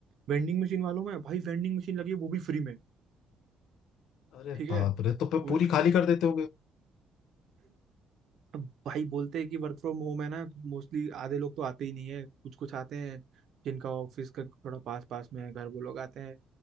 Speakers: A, on the right; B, on the left.
A: वेंडिंग मशीन वालों में भाई वेंडिंग मशीन लगी है वो भी फ्री में
B: अरे
A: ठीक है
B: बाप रे तो फिर
A: वो
B: पूरी
A: <clears throat>
B: खाली कर देते होंगे
A: अब भाई बोलते हैं कि वर्क फ्रॉम होम है ना तो मोस्टली आधे लोग तो आते ही नहीं है कुछ कुछ आते हैं जिनका ऑफिस का थोड़ा पास पास में है घर वो लोग आते हैं